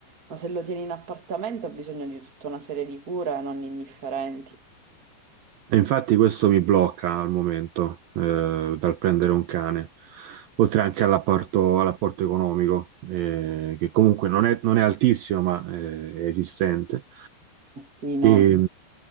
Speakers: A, on the right; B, on the right.
A: Ma se lo tieni in appartamento ha bisogno di tutta una serie di cure non indifferenti.
B: E infatti questo mi blocca al momento eh, dal prendere un cane, oltre anche all'apporto all'apporto economico, eh, che comunque non è, non è altissimo, ma eh, è esistente.
A: Sì, no,
B: E,
A: no.